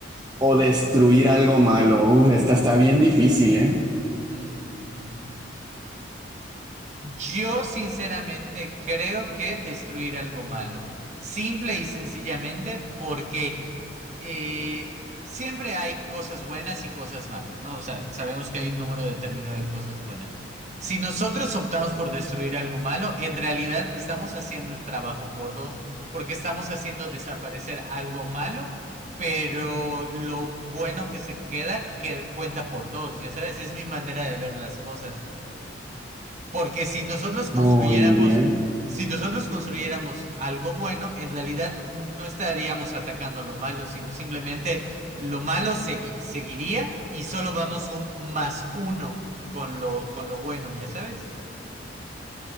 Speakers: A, on the right; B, on the right.
A: o destruir algo malo? Uf, esta está bien difícil, ¿eh?
B: Mm, yo sinceramente creo que destruir algo malo. Simple y sencillamente porque eh, siempre hay cosas buenas y cosas malas, ¿no? O sea, sabemos que hay un número determinado de cosas buenas. Si nosotros optamos por destruir algo malo, en realidad estamos haciendo el trabajo por dos, porque estamos haciendo desaparecer algo malo, pero lo bueno que se queda, que cuenta por dos, ya sabes, es mi manera de ver las cosas. Porque si nosotros
A: Muy
B: construyéramos,
A: bien.
B: si nosotros construyéramos algo bueno, en realidad no estaríamos atacando lo malo, sino simplemente lo malo segui- seguiría y solo vamos un más uno con lo, con lo bueno, ¿ya sabes?